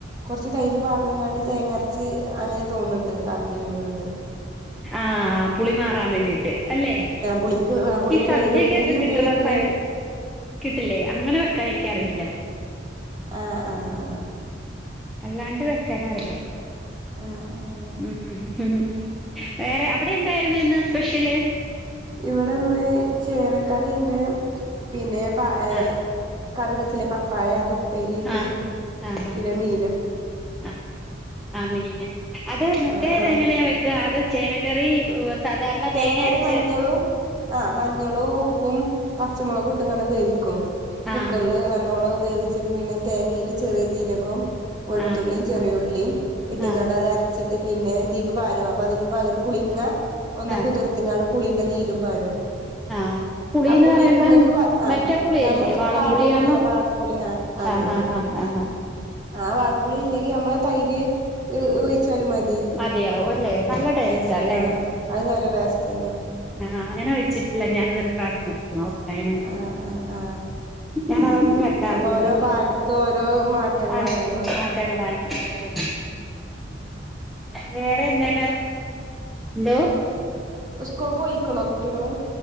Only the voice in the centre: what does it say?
ആഹ് പുളി മാറാൻ വേണ്ടിട്ട് അല്ലേ
ഈ സദ്യക്കൊക്കെ
കിട്ടണ
സ കിട്ടില്ലേ അങ്ങനെ വെക്കാൻ എനിക്കറില്ല
അല്ലാണ്ട് വെക്കൻ അറിയാം
ഉം ഉം ഉം വേറെ അവിടെ എന്തായിരുന്നു ഇന്ന് സ്പെഷ്യൽ
ആഹ്
ആഹ് ആഹ്
ആഹ് ആഹ് മീന് അത് മറ്റേത്
എങ്ങനെയാ വെക്യാ അത് ചേനക്കറി സാധാരണ
തേങ്ങ അരച്ച്
ആഹ്
ആഹ്
ആഹ്
ആഹ്
ആഹ് പുളിന്ന്
പറയുമ്പം
മറ്റേ പുളിയല്ലേ
വാളംപുളിയാന്നോ
ആഹ്
അഹ് അഹ്
മതിയാവും അല്ലേ നല്ല ടേസ്റ്റ്ല്ലേ
ആഹ് അങ്ങനെ വെച്ചിട്ടില്ല ഞാാനരു പ്രാവശ്യം വെച്ചു നോക്കട്ടെ അങ്ങനെ
ഞാനതൊന്നും വെക്കാറില്ല
അതെ അഹ് പേങ്ങളാണ് <unintelligible>
വേറെ എന്താണ് ന്തോ